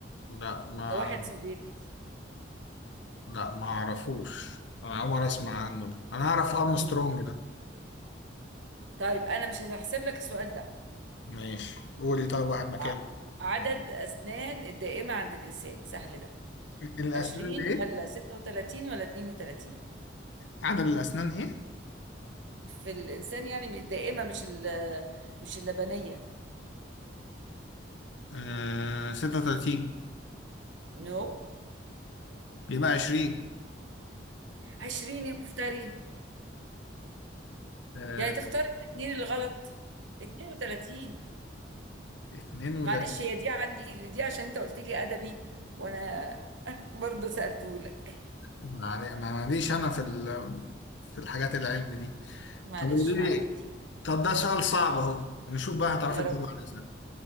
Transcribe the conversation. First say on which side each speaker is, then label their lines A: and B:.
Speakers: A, on the left; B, on the right.
A: لا ما
B: ده واحد سوفيتي
A: لا ما اعرفوش انا اول مره اسمع عنه ده انا اعرف ارمسترونج
B: مم.
A: ده
B: طيب انا مش هحسب لك السؤال ده
A: ماشي قولي طيب واحد مكانه
B: ع- عدد اسنان الدائمة عند الانسان سهل ده
A: الاسنان
B: 20
A: اللي ايه
B: ولا 36 ولا 32
A: عدد الاسنان ايه
B: في الانسان يعني الدائمة مش ال- مش اللبنية
A: آه 36
B: نو no.
A: يبقى 20
B: 20 يا مفتري
A: آه،
B: يعني تختار الاثنين الغلط 32
A: 32
B: معلش هي
A: <laughs>
B: دي عندي دي عشان انت قلت لي ادبي وانا <laughs> برضه سالته لك
A: ما ماليش انا في ال- في الحاجات العلم دي
B: معلش
A: طب قولي
B: عندي
A: لي
B: دي
A: طب ده سؤال صعب اهو نشوف بقى هتعرفي
B: يا
A: تجاوبي
B: رب
A: عليه ازاي